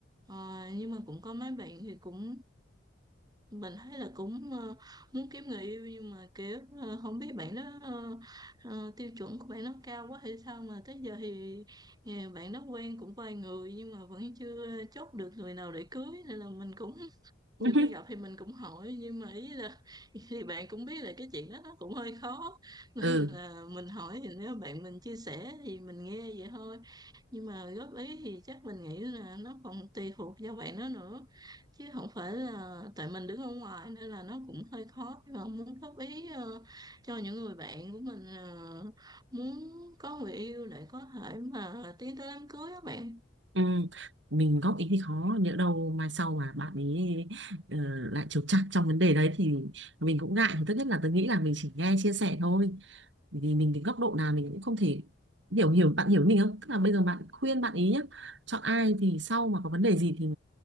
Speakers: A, on the right (about 20°); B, on the right (about 65°).
A: Ờ, nhưng mà cũng có mấy bạn thì cũng mình thấy là cũng ờ, muốn kiếm người yêu nhưng mà kiểu ờ, không biết bạn đó ờ, ờ, tiêu chuẩn của bạn nó cao quá hay sao mà tới giờ thì ờ, bạn đó quen cũng vài người nhưng mà vẫn chưa chốt được người nào để cưới nên là mình cũng
B: <laughs>
A: nhiều khi gặp thì mình cũng hỏi nhưng mà ý là <laughs> thì bạn cũng biết là cái chuyện đó nó cũng hơi khó <laughs> nên
B: ừ
A: là mình hỏi thì nếu bạn mình chia sẻ thì mình nghe vậy thôi nhưng mà góp ý thì chắc mình nghĩ là nó còn tùy thuộc vào bạn đó nữa chứ không phải là tại mình đứng ở ngoài nên là nó cũng hơi khó nhưng mà muốn góp ý ờ, cho những người bạn của mình ờ, muốn có người yêu để có thể mà tiến tới đám cưới các bạn
B: Ừ, mình góp ý thì khó nhỡ đâu mai sau mà bạn ấy ờ, lại trục trặc trong vấn đề đấy thì mình cũng ngại thì tốt nhất là tôi nghĩ là mình chỉ nghe chia sẻ thôi Bởi vì mình đến góc độ nào mình cũng không thể hiểu hiểu bạn hiểu mình không tức là bây giờ bạn khuyên bạn ý nhá chọn ai thì sau mà có vấn đề gì thì